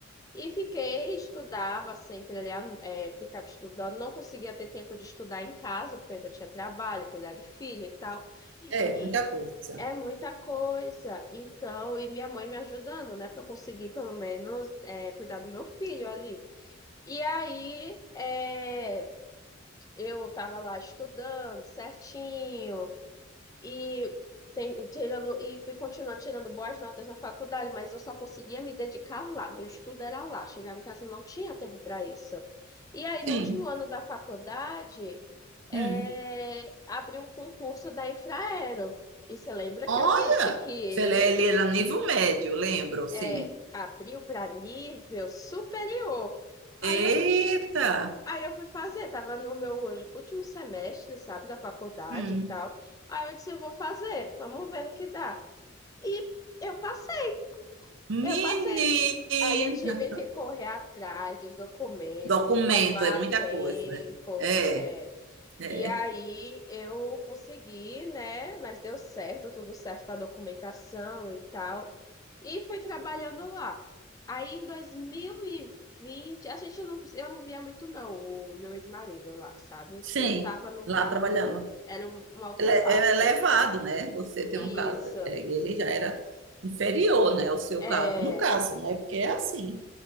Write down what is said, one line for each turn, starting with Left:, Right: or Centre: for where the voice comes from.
Left: e fiquei, estudava sempre ali, é, ficava estudando, não conseguia ter tempo de estudar em casa, porque eu ainda tinha trabalho, cuidar de filho e tal.
Right: É,
Left: E
Right: muita coisa.
Left: é muita coisa. Então, e minha mãe me ajudando, né, para eu conseguir pelo menos é, cuidar do meu filho ali. E aí, é, eu estava lá estudando certinho. E, tem, tirando, e fui continuar tirando boas notas na faculdade, mas eu só conseguia me dedicar lá. Meu estudo era lá. Chegava em casa, não tinha tempo para isso. E aí, no
Right: Sim.
Left: último ano da faculdade, é,
Right: Hum.
Left: abriu o concurso da Infraero. E você lembra
Right: Olha,
Left: que eu disse que ele
Right: se ele ele era nível médio, lembro, sim.
Left: é, abriu para nível superior. Aí
Right: Eita!
Left: eu fui, aí eu fui fazer, tava no meu último semestre, sabe, da faculdade
Right: Hum.
Left: e tal. Aí eu disse, eu vou fazer, vamos ver no que dá. E eu passei, eu
Right: Menina!
Left: passei. Aí eu tive que correr atrás dos documentos,
Right: Documento,
Left: me formar
Right: é
Left: a
Right: muita
Left: tempo.
Right: coisa. É,
Left: é.
Right: é.
Left: E aí eu consegui, né? Mas deu certo, tudo certo com a documentação e tal. E fui trabalhando lá. Aí em dois mil e vinte a gente não, eu não via muito não o meu ex-marido lá, sabe?
Right: Sim,
Left: Porque eu estava num
Right: lá
Left: cargo,
Right: trabalhando.
Left: era um, uma outra
Right: ele é
Left: parte.
Right: elevado, né? Você tem
Left: Isso.
Right: um caso, é, e ele já era inferior, né? O seu
Left: É,
Right: caso. No caso, né? Porque é assim.